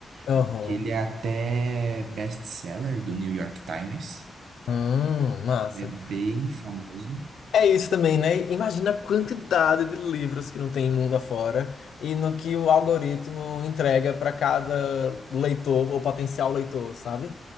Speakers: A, on the left; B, on the right.
A: Uhum.
B: porque ele é até best-seller do New York Times.
A: Hum, massa.
B: Ele é bem famoso.
A: É isso também, né? Imagina a quantidade de livros que não tem mundo afora e no que o algoritmo entrega para cada leitor ou potencial leitor, sabe?